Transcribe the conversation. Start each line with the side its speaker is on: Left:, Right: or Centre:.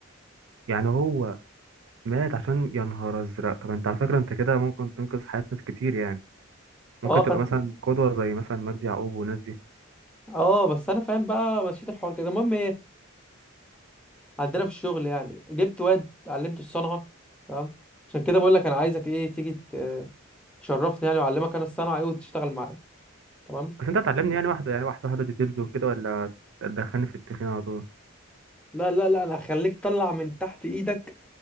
Right: يعني هو مات عشان يا نهار ازرق طب انت على فكره انت كده ممكن تنقذ حياه ناس كتير يعني ممكن
Centre: اه
Right: تبقى
Centre: خدت
Right: مثلا قدوه زي مثلا مجدي يعقوب والناس دي
Centre: اه بس انا فاهم بقى مشيت الحوار كده المهم ايه عندنا في الشغل يعني جبت واد علمته الصنعه تمام عشان كده بقول لك انا عايزك ايه تيجي ت- تشرفني يعني واعلمك انا الصنعه ايه وتشتغل معايا تمام
Right: بس انت هتعلمني يعني واحده يعني واحده واحده ديتيلز وكده ولا تدخلني في التخين على طول
Centre: لا لا لا انا هخليك طلع من تحت ايدك